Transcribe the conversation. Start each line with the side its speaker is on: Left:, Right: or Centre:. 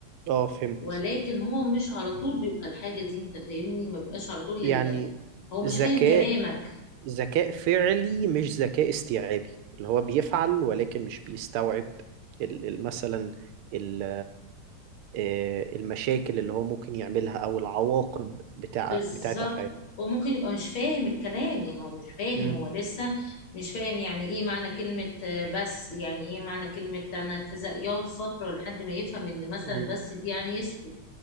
Right: اه فهمت
Left: ولكن هو مش على طول بيبقى الحاجه دي انت فاهمني ما بيبقاش على طول
Right: يعني
Left: ال- هو مش
Right: ذكاء
Left: فاهم كلامك
Right: ذكاء فعلي مش ذكاء استيعابي اللي هو بيفعل ولكن مش بيستوعب ال- ال- مثلا ال- آه، المشاكل اللي هو ممكن يعملها او العواقب بتاع
Left: بالظبط
Right: بتاعت افعاله
Left: وممكن يبقى مش فاهم الكلام يعني هو مش فاهم
Right: امم
Left: هو لسه مش فاهم يعني ايه معنى كلمة آه، بس يعني ايه معنى كلمة انا كذا يقعد فترة لحد ما يفهم ان مثلا
Right: امم
Left: بس دي يعني يسكت